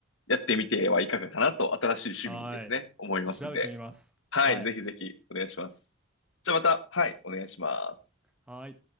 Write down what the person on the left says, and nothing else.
やってみてはいかがかなと、新しい趣味にですね、
思いますんで。
はい、
ぜひぜひお願いします。じゃあまた、はい、お願いします。